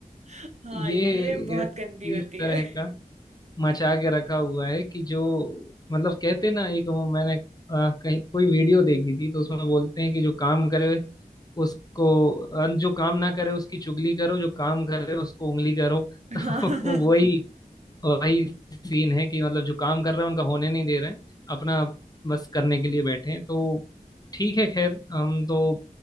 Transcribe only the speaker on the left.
ये
इस तरह
का मचा के रखा हुआ है कि जो मतलब कहते ना एक वो मैंने अ, कहीं कोई वीडियो देखी थी तो उसमें बोलते हैं कि जो काम करे उसको अ, जो काम ना करे उसकी चुगली करो जो काम करे उसको उंगली करो <laughs> तो
वही
वही सीन है कि मतलब जो काम कर रहे हैं उनका होने नहीं दे रहे हैं अपना बस करने के लिए बैठे हैं तो ठीक है खैर हम तो